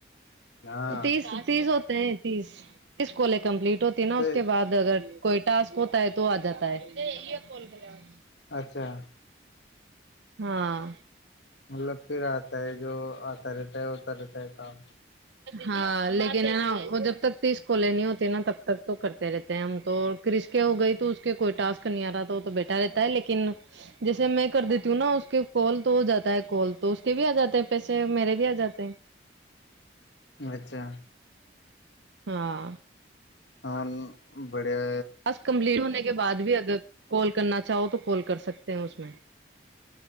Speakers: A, on the left (about 70°); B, on the right (about 70°).
A: ہاں
B: تیس تیس ہوتے ہیں تیس تیس کوال کمپلیٹ ہوتی ہے نا
A: تو
B: اس کے بعد اگر کوئی ٹسک ہوتا ہے تو آ جاتا ہے <unintelligible>
A: اچھا
B: ہاں
A: مطلب پھر آتا ہے جو آتا رہتا ہے ہوتا رہتا ہے کام
B: ہاں لیکن ہے نا وہ جب تک تیس کل نہی ہوتی نا تب تک تو کرتے رہتے ہیں ہم تو کرس کے ہو گئی تو اس کے کوئی ٹسک نہیں آ رہا تھا وہ تو بیٹا رہتا ہے لیکن جیسے میں کر دیتی ہوں نا اس کے کال تو ہو جاتا ہے کال تو اس کے بھی آ جاتے ہیں پیسے میرے بھی آ جاتے ہیں
A: اچھا
B: ہاں
A: ت بڑیا
B: بس کمپلیٹ ہونے کے بعد بھی اگر کال کرنا چاہو تو کال کر سکتے ہیں اس میں